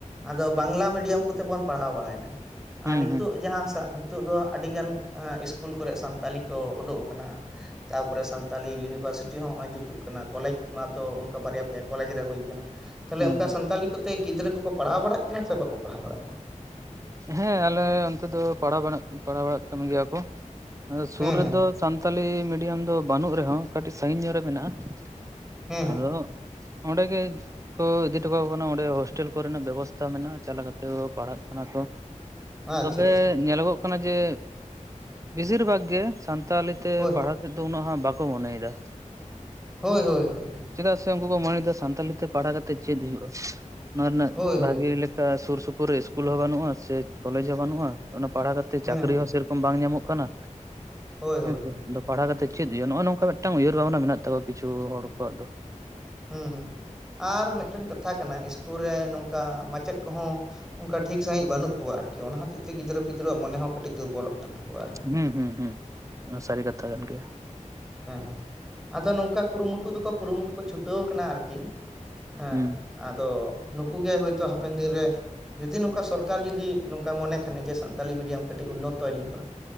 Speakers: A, in the centre; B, on the right.
A: ᱟᱫᱚ ᱵᱟᱝᱞᱟ ᱢᱤᱰᱤᱭᱟᱢ ᱠᱚᱛᱮ ᱵᱚᱱ ᱯᱟᱲᱦᱟᱣ ᱵᱟᱲᱟᱭᱱᱟ᱾
B: ᱦᱩᱸ
A: ᱟᱨ ᱱᱤᱛᱚᱜ
B: ᱦᱩᱸ ᱦᱩᱸ
A: ᱡᱟᱦᱟᱸ ᱥᱟ ᱱᱤᱛᱚᱜ ᱫᱚ ᱟᱹᱰᱤ ᱜᱟᱱ ᱤᱥᱠᱩᱞ ᱠᱚᱨᱮᱜ ᱥᱟᱱᱛᱟᱞᱤ ᱠᱚ ᱩᱰᱩᱜ ᱟᱠᱟᱱᱟ ᱛᱟᱯᱚᱨᱮ ᱥᱟᱱᱛᱟᱞᱤ ᱤᱭᱩᱱᱤᱵᱷᱟᱨᱥᱤᱴᱤ ᱦᱚᱸ ᱱᱚᱜᱼᱚᱭ ᱡᱩᱛᱩᱜ ᱠᱟᱱᱟ᱾ ᱠᱚᱞᱮᱡᱽ ᱢᱟᱛᱚ ᱚᱱᱠᱟ ᱵᱟᱨᱭᱟ ᱯᱮᱭᱟ ᱠᱚᱞᱮᱡᱽ ᱨᱮ ᱦᱩᱭ ᱟᱠᱟᱱᱟ ᱛᱟᱦᱚᱞᱮ
B: ᱦᱩᱸ
A: ᱚᱱᱠᱟ
B: ᱦᱩᱸ
A: ᱥᱟᱱᱛᱟᱞᱤ ᱠᱚ ᱛᱮ ᱜᱤᱫᱽᱨᱟᱹ ᱠᱚᱠᱚ ᱯᱟᱲᱦᱟᱣ ᱵᱟᱲᱟᱜ ᱠᱟᱱᱟ ᱥᱮ ᱵᱟᱠᱚ ᱯᱟᱲᱦᱟᱣ ᱵᱟᱲᱟᱜ ᱠᱟᱱᱟ?
B: ᱦᱮᱸ ᱟᱞᱮ ᱚᱱᱛᱮ ᱫᱚ ᱯᱟᱲᱦᱟᱣ ᱵᱟᱲ ᱯᱟᱲᱦᱟᱣ ᱵᱟᱲᱟᱜ ᱠᱟᱱ ᱜᱮᱭᱟ ᱠᱚ ᱥᱩᱨ
A: ᱦᱮᱸ
B: ᱨᱮᱫᱚ
A: ᱦᱮᱸ
B: ᱾ ᱥᱟᱱᱛᱟᱞᱤ ᱢᱤᱰᱤᱭᱟᱢ ᱫᱚ ᱵᱟᱹᱱᱩᱜ ᱨᱮᱦᱚᱸ ᱠᱟᱹᱴᱤᱡ ᱥᱟᱺᱜᱤᱧ ᱧᱚᱜ ᱨᱮ ᱢᱮᱱᱟᱜᱼᱟ ᱾
A: ᱦᱮᱸ ᱦᱮᱸ
B: ᱟᱫᱚᱼᱼ ᱚᱸᱰᱮ ᱜᱮᱼᱼ ᱠᱚ ᱤᱫᱤ ᱦᱚᱴᱚ ᱠᱟᱠᱚ ᱠᱟᱱᱟ, ᱚᱸᱰᱮ ᱦᱳᱥᱴᱮᱞ ᱠᱚᱨᱮᱱᱟᱜ ᱵᱮᱵᱚᱥᱛᱟ ᱢᱮᱱᱟᱜᱼᱟ ᱪᱟᱞᱟᱣ ᱠᱟᱛᱮ ᱠᱚ ᱯᱟᱲᱦᱟᱜ ᱠᱟᱱᱟ ᱠᱚ ᱾
A: ᱟᱪᱪᱷᱟ
B: ᱛᱚᱵᱮ
A: ᱟᱪᱪᱷᱟ
B: ᱧᱮᱞᱚᱜᱚᱜ ᱠᱟᱱᱟ ᱡᱮ ᱵᱮᱥᱤᱨ ᱵᱷᱟᱜᱽ ᱜᱮ ᱥᱟᱱᱛᱟᱞᱤ ᱛᱮ
A: ᱦᱳᱭ
B: ᱯᱟᱲᱦᱟᱜ ᱱᱤᱛᱚᱜ ᱩᱱᱟᱹᱜᱷ ᱦᱟᱸᱜ ᱵᱟᱠᱚ ᱢᱚᱱᱮᱭᱮᱫᱟ ᱾
A: ᱦᱳᱭ ᱦᱳᱭ ᱚᱝᱠᱟ ᱾
B: ᱪᱮᱫᱟᱜ ᱥᱮ ᱩᱱᱠᱩ ᱠᱚ ᱢᱚᱱᱮᱭᱮᱫᱟ ᱥᱟᱱᱛᱟᱞᱤ ᱛᱮ ᱯᱟᱲᱦᱟᱣ ᱠᱟᱛᱮᱫ ᱪᱮᱫ ᱦᱩᱭᱩᱜᱼᱟ, ᱚᱱᱟ ᱨᱮᱱᱟᱜ
A: ᱦᱳᱭ ᱦᱳᱭ
B: ᱵᱷᱟᱜᱮ ᱞᱮᱠ ᱥᱩᱨ ᱥᱩᱯᱩᱨ ᱨᱮ ᱤᱥᱠᱩᱞ ᱦᱚᱸ ᱵᱟᱹᱱᱩᱜᱼᱟ ᱥᱮ ᱠᱚᱞᱮᱡᱽ ᱦᱚᱸ ᱵᱟᱹᱱᱩᱜᱼᱟ, ᱚᱱᱟ ᱯᱟᱲᱦᱟᱣ ᱠᱟᱛᱮᱫ
A: ᱦᱮᱸ
B: ᱪᱟᱹᱠᱨᱤ
A: ᱦᱮᱸ
B: ᱦᱚᱸ ᱥᱮᱨᱠ ᱵᱟᱝ ᱧᱟᱢᱚᱜ ᱠᱟᱱᱟ
A: ᱦᱳᱭ ᱦᱳᱭ
B: ᱦᱮᱸᱥᱮ
A: ᱦᱳᱭ
B: ᱾ <unintelligible> ᱯᱟᱲᱦᱟᱣ ᱠᱟᱛᱮ ᱪᱮᱫ ᱦᱩᱭᱩᱜᱼᱟ ᱱᱚᱜᱼᱚᱭ ᱱᱚᱝᱠᱟ ᱢᱤᱫᱴᱟᱝ ᱩᱭᱦᱟᱹᱨ ᱵᱷᱟᱵᱽᱱᱟ ᱢᱮᱱᱟᱜ ᱛᱟᱠᱚᱣᱟ ᱠᱤᱷᱩ ᱦᱚᱲ ᱠᱚᱣᱟᱜ ᱫᱚ ᱾
A: ᱦᱩᱸ ᱦᱩᱸ, ᱟᱨ ᱢᱤᱫᱴᱮᱱ ᱠᱟᱛᱷᱟ ᱠᱟᱱᱟ ᱤᱥᱠᱩᱞ ᱨᱮ ᱱᱚᱝᱠᱟ ᱢᱟᱪᱮᱫ ᱠᱚᱦᱚᱸ ᱚᱱᱠᱟ ᱴᱷᱤᱠ ᱥᱟᱹᱦᱤᱡ ᱵᱟᱹᱱᱩᱜ ᱠᱚᱣᱟ ᱟᱨᱠᱤ ᱚᱱᱟ ᱦᱚᱛᱮᱡ ᱛᱮ ᱜᱤᱫᱽᱨᱟᱹ ᱯᱤᱫᱽᱨᱟᱹ ᱢᱚᱱᱮ ᱦᱚᱸ ᱠᱟᱹᱴᱤᱡ ᱫᱩᱨᱵᱚᱞᱚᱜ ᱠᱟᱱ ᱛᱟᱠᱚᱣᱟ ᱟᱨᱠᱤ ᱾
B: ᱦᱩᱸ ᱦᱩᱸ ᱦᱩᱸ, ᱥᱟᱹᱨᱤ ᱠᱟᱛᱷᱟ ᱠᱟᱱ ᱜᱮᱭᱟ ᱾
A: ᱦᱮᱸ ᱦᱮᱸ, ᱟᱫᱚ ᱱᱚᱝᱠᱟ ᱠᱩᱨᱩᱢᱩᱴᱩ ᱫᱚᱠᱚ ᱠᱩᱨᱩᱢᱩᱴᱩ ᱠᱚ ᱪᱷᱩᱴᱟᱹᱣ ᱠᱟᱱᱟ ᱟᱨᱠᱤ ᱾ ᱦᱮᱸ
B: ᱦᱩᱸ
A: ᱟᱫᱚ ᱱᱩᱠᱩ ᱜᱮ ᱦᱚᱭᱛᱳ ᱦᱟᱯᱮᱱ ᱫᱤᱱᱨᱮ ᱾ ᱡᱩᱫᱤ ᱱᱚᱝᱠᱟ ᱥᱚᱨᱠᱟᱨ ᱡᱩᱫᱤ ᱱᱚᱝᱠᱟ ᱢᱚᱱᱮ ᱠᱷᱟᱱᱮ, ᱡᱮ ᱥᱟᱱᱛᱟᱞᱤ ᱢᱤᱰᱤᱭᱟᱢ ᱠᱟᱹᱴᱤᱡ ᱩᱱᱱᱚᱛᱚᱭ ᱦᱩᱭᱩᱜᱼᱟ ᱾